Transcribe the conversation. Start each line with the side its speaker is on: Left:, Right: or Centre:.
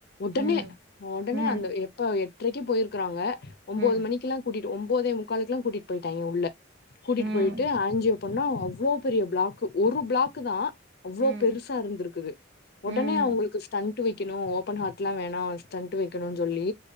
Left: உடனே
Right: ம்
Left: உடனே
Right: ம்
Left: அந்த எப்ப எட்ரைக்கு போயிருக்கறாங்க ஒம்போது
Right: ம்
Left: மணிக்குலா கூட்டிட்டு ஒம்போதே முக்காலுக்கல கூட்டிட்டு போயிட்டாங்க உள்ள கூட்டிட்டு
Right: ம்
Left: போயிட்டு ஆன்ஜியோ அப்புன்னா அவ்ளோ பெரிய பிளாக்கு ஒரு பிளாக்கு தா அவ்ளோ
Right: ம்
Left: பெருசா இருந்திருக்குது உடனே
Right: ம்
Left: அவுங்களுக்கு ஸ்டண்டட் வெ க்கணு ஓபன் ஹார்ட் லா வேணா ஸ்டண்ட் வெக்கணு சொல்லி